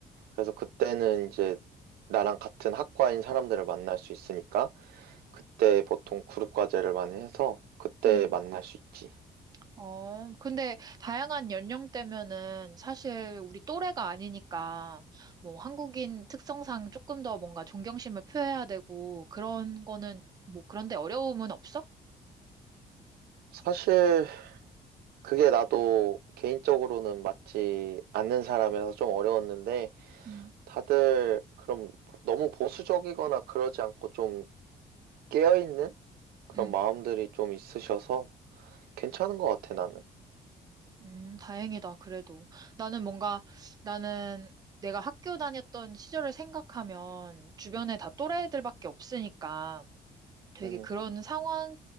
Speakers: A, on the right; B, on the right.
A: 그래서 그때는 이제 나랑 같은 학과인 사람들을 만날 수 있으니까 그때 보통 그룹 과제를 많이 해서 그때
B: 응.
A: 만날 수 있지.
B: 어, 근데 다양한 연령대면은 사실 우리 또래가 아니니까 뭐 한국인 특성상 조금 더 뭔가 존경심을 표해야 되고 그런 거는 뭐 그런데 어려움은 없어?
A: 사실 그게 나도 개인적으로는 맞지 않는 사람이라서 좀 어려웠는데
B: 음,
A: 다들 그럼 너무 보수적이거나 그러지 않고 좀 깨어있는 그런
B: 음,
A: 마음들이 좀 있으셔서 괜찮은 것 같아, 나는.
B: 음, 다행이다, 그래도. 나는 뭔가, 나는 내가 학교 다녔던 시절을 생각하면 주변에 다 또래들밖에 없으니까 되게
A: 음.
B: 그런 상황